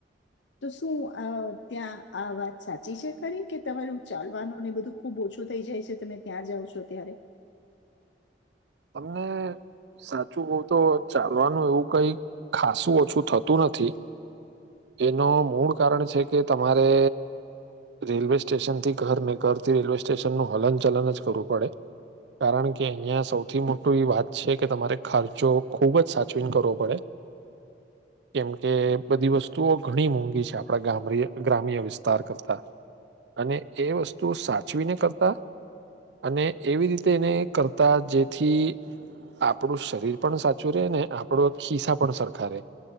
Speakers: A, on the left (about 85°); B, on the right (about 75°).
A: તો શું આ ત્યાં આ વાત સાચી છે ખરી કે તમારું ચાલવાનું ને બધું ખૂબ ઓછું થઈ જાય છે તમે ત્યાં જાઓ છો ત્યારે
B: તમને સાચું બહુ તો ચાલવાનું એવું કઈ ખાસું ઓછું થતું નથી એનું મૂળ કારણ છે કે તમારે રેલવે સ્ટેશનથી ઘરને ઘરથી રેલવે સ્ટેશનનું હલન ચલન જ કરવું પડે કારણ કે અહીયાંયા સૌ સૌથી મોટું એ વાત છે કે તમારે ખર્ચો ખૂબ જ સાચવીને કરવો પડે કેમકે બધી વસ્તુઓ ઘણી મોંઘી છે આપણા ગ્રામ્ય વિસ્તાર કરતા અને એ વસ્તુ સાચવીને કરતા અને એવી રીતે એને કરતા જે થી આપણું શરીર પણ સાચું રે ને આપણો ખિસ્સા પણ સરખા રહેે